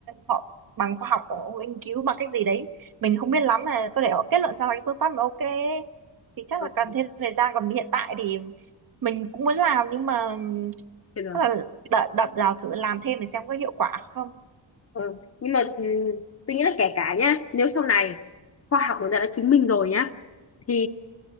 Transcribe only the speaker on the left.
ừ,
chưa được.
Ừ. Nhưng mà ừ, tôi nghĩ là kể cả nhá, nếu sau này khoa học người ta đã chứng minh rồi nhá thì